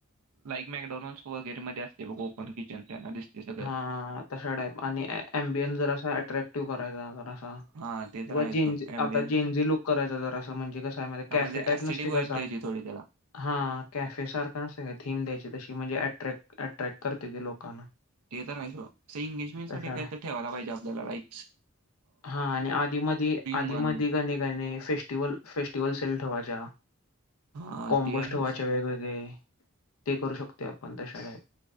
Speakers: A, on the right; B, on the left.
A: लाईक मॅकडॉनल्डस वगैरे मध्ये असते बघ ओपन किचन त्यांना दिसतय सगळं
B: हा हा तशा टाईप आणि एमबियनस जर असा अट्रॅक्टिव्ह करायचा जरा
A: हा. ते तर
B: किंवा
A: आहे सोड
B: जेनजी
A: ॲम्बियन्स
B: आता जेनजी लुक करायचा जरासा म्हणजे कस आहे माहित आहे
A: हा म्हणजे
B: कॅफे टाईप
A: ऍस्थेटिक
B: नसतोय
A: वाईब
B: काय असा
A: द्यायची थोडी त्याला
B: हा कॅफे सारखा नसतोय काय थीम द्यायची तशी की म्हणजे अट्रॅक्ट अट्रॅक्ट करते ते लोकांना
A: ते तर आहे सोड असं एंगेजमेंट साठी
B: तशाळा
A: काय तर ठेवायला पाहिजे आपल्याला लाईकस
B: हा. आणि आधी म. आधी
A: म्हण
B: म. गणे फेस्टिवल फेस्टिवल सेल ठेवायच्या
A: हा
B: कॉम्पोज
A: ते आहेच
B: ठेवायच्या वेगवेगळे. ते. करू शकते. आपण त्या शाळेत.